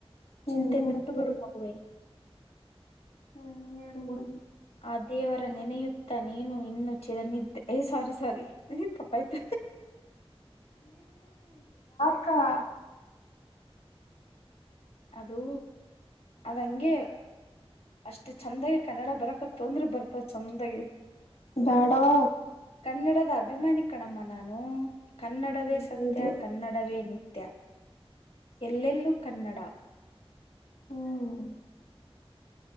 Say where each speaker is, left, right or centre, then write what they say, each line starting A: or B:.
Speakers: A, on the left (about 85°); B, on the left (about 70°).
A: ಹ್ಮ್
B: ಚಿಂತೆ
A: ಹುಡುಕಿ
B: ಬಿಟ್ಟು ಬಿಡು ಮಗುವೆ
A: ಹ್ಮ್ ಹೇಳಬಡ
B: ಆ ದೇವರ ನೆನೆಯುತ್ತ ನೀನು ಇನ್ನು ಚಿಲನಿದ್ದೆ ಏ ಸಾರಿ ಸಾರಿ ನೀನ ತಪ್ಪಾಯತ
A: ಹತ್ತ <unintelligible>
B: ಅದು ಆದಂಗೆ ಅಷ್ಟೆ ಚೆಂದ ಕನ್ನಡ ಬರಕತ್ ತೊಂದ್ರ ಬರ್ತಾವ ಚಂದಾಗಿ.
A: ಬ್ಯಾಡವ
B: ಕನ್ನಡದ ಅಭಿಮಾನಿ ಕಣಮ್ಮ ನಾನು ಕನ್ನಡವೇ
A: ಹ್ಮ್
B: ಸತ್ಯ
A: ಹೌದು
B: ಕನ್ನಡವೇ ನಿತ್ಯ ತ್ಯ ಎಲ್ಲೆಲ್ಲೂ ಕನ್ನಡ.
A: ಹ್ಮ <inaudible>